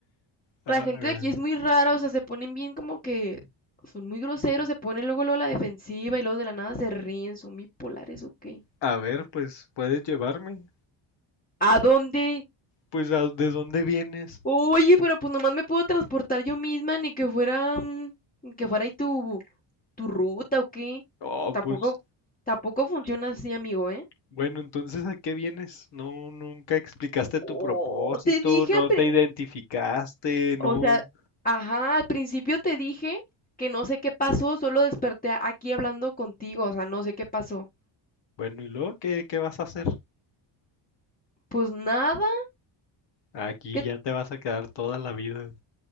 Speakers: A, on the left; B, on the left.
A: Ah,
B: La gente de aquí es muy rara, o sea, se ponen bien como que son muy groseros, se ponen luego, luego a la defensiva y luego de la nada se ríen, son bipolares o qué.
A: A ver, pues, ¿puedes llevarme?
B: ¿A dónde?
A: Pues, ¿a- ¿de dónde vienes?
B: Oye, pero pues nomás me puedo transportar yo misma, ni que fuera un- ni que fuera ahí tu, tu ruta o qué.
A: Oh,
B: Tampoco,
A: pues,
B: tampoco funciona así, amigo, ¿eh?
A: bueno, entonces, ¿a qué vienes? No, nunca explicaste tu
B: Oh,
A: propósito,
B: te dije
A: no
B: al pri-
A: te identificaste, no.
B: o sea, ajá, al principio te dije que no sé qué pasó, solo desperté aquí hablando contigo, o sea, no sé qué pasó.
A: Bueno, ¿y luego qué, qué vas a hacer?
B: Pues nada,
A: Aquí
B: ¿qué
A: ya te vas a quedar toda la vida.